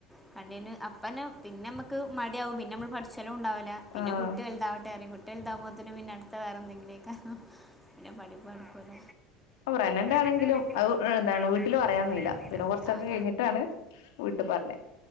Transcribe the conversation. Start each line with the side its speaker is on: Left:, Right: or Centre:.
Centre: ആഹ് അല്ലേല് അപ്പന്നെ പിന്നെമ്മക്ക് മട്യാവും പിന്നെമ്മള് പഠിച്ചലുണ്ടാവൂല പിന്നെ
Left: ആഹ്
Centre: കുട്ടി വല്താവട്ടെറിം കുട്ടി വല്താവുമ്പോത്തിന് പിന്നെ അട്ത്ത വേറെന്തങ്കിലേക്കാരം പിന്ന പഠിപ്പ് നടക്കൂല
Left: പ്രേഗ്നെറ്റാണെങ്കിലും
Centre: പ്രഗ്നന്റ് ആണെങ്കിലും
Left: അത് എന്താണ് വീട്ടില്
Centre: വീട്ടിൽ
Left: പറയാംന്നില്ല
Centre: പറയാൻ പോയില്ല
Left: പിന്നെ കൊറച്ചൊക്കെ
Centre: ആഹ്
Left: കഴിഞ്ഞിട്ടാണ് വീട്ട് പറഞ്ഞെ